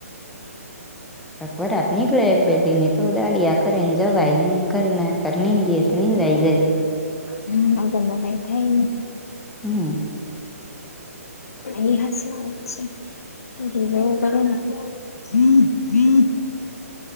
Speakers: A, in the centre; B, on the left (about 70°).
A: બકબર આપ નીકળ્યા એક-બે દિન. તો દાળયા કરે ને જવાય ને, ઘરે ના નિંદીએ તો નીંદાઈ જાય.
B: હમણાં કઈ થાય ને‌.
A: હમ.
B: એ, હાસ વાત છે. જવું પડે ને. હ, હ.